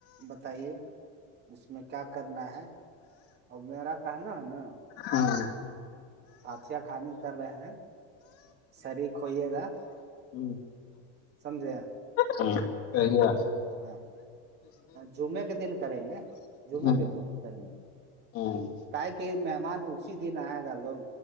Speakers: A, on the right; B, on the left.
A: بتائیے اس میں کیا کرنا ہے میرا کہناا ہے نا
B: ہاں
A: پتیا کھانی کر رہے ہیں شریک کھوئیے گا
B: ہوں
A: سمجھیا
B: ہاں اییا
A: ہاں جمعے کے دن کریں گے جمعے
B: ہوں
A: کے دن ہی کریں گے
B: ہوں
A: کاے کہ مہمان اسی دن آئے گا لوگ